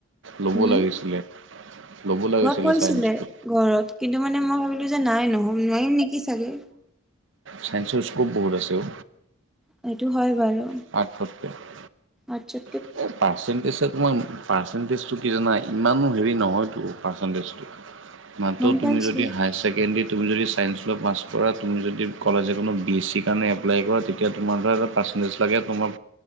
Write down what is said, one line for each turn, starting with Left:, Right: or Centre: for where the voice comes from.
Right: ল'ব
Centre: উম।
Right: লাগিছিলে ল'ব লাগিছিলে
Centre: ঘৰত কৰিছিলে
Right: ছাইন্সটো
Centre: ঘৰত কিন্তু মানে মই ভাবিলো যে নাই নহ নোৱাৰিম নেকি চাগে।
Right: চাইন্সৰ স্ক'প বহুত আছে অ,
Centre: সেইটো হয় বাৰু।
Right: <inaudible>
Centre: আচ্ছা
Right: <inaudible> তোমাক পাৰ্চেণ্টেজটো কি জানা ইমানো হেৰি নহয়তো পাৰ্চেণ্টেজটো, মাত্ৰ
Centre: গম পাইছো
Right: তুমি যদি হায়াৰ ছেকেণ্ডেৰীত তুমি যদি ছাইন্স লৈ পাছ কৰা তুমি যদি কলেজে কোনো বি এছ চিৰ কাৰণে এপ্লাই কৰা তেতিয়া তোমাৰ ধৰা এটা পাছ <inaudible> তোমাক